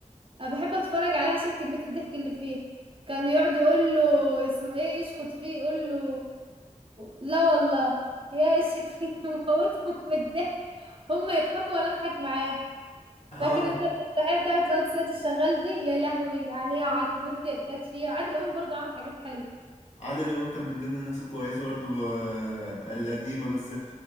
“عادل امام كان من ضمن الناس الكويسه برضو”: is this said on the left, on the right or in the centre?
Left